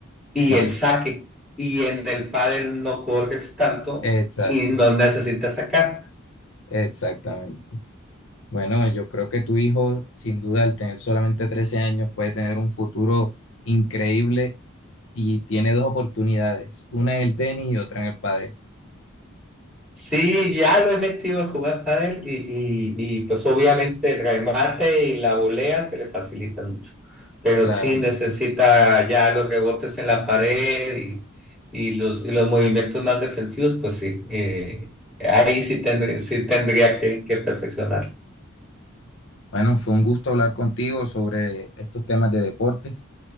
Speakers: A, in the centre; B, on the left.
A: y
B: claro,
A: el saque. Y en el pádel no corres tanto
B: exacto,
A: y no necesitas sacar.
B: exactamente. Bueno, yo creo que tu hijo, sin duda, al tener solamente 13 años, puede tener un futuro increíble y tiene dos oportunidades, una en el tenis y otra en el pádel,
A: Sí, ya lo he metido a jugar pádel y, y, y, pues obviamente el remate y la volea se le facilitan mucho. Pero
B: claramente.
A: sí necesita ya los rebotes en la pared y, y los, y los movimientos más defensivos, pues sí. eh, ahí sí tendré sí tendría que, que perfeccionar.
B: Bueno, fue un gusto hablar contigo sobre estos temas de deportes